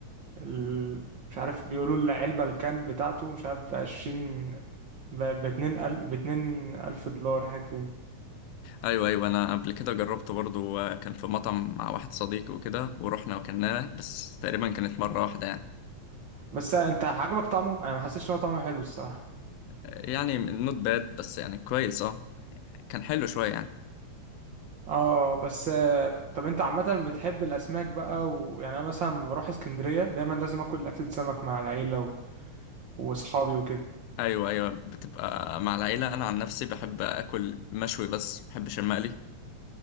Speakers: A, on the right; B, on the left.
A: ال... مش عارف بيقولوا العلبة الكان بتاعته مش عارف عشرين ب... باتنين أل... باتنين ألف دولار حاجة كده
B: ايوه ايوه انا قبل كده جربت برضو آه، كان في مطعم مع واحد صديقي وكده ورحنا وكلناه بس تقريبا كانت مرة واحدة يعني
A: بس أنت عجبك طعمه؟ أنا ما حسيتش إن هو طعمه حلو الصراحة
B: آه، يعني نوت باد بس يعني كويس اه كان حلو شوية يعني
A: اه بس طب انت عامة بتحب الأسماك بقى ويعني أنا مثلا لما بروح اسكندرية دايما لازم آكل أكلة سمك مع العيلة و... وأصحابي وكده
B: أيوة أيوة بتبقى مع العيلة أنا عن نفسي بحب أكل مشوي بس بحبش المقلي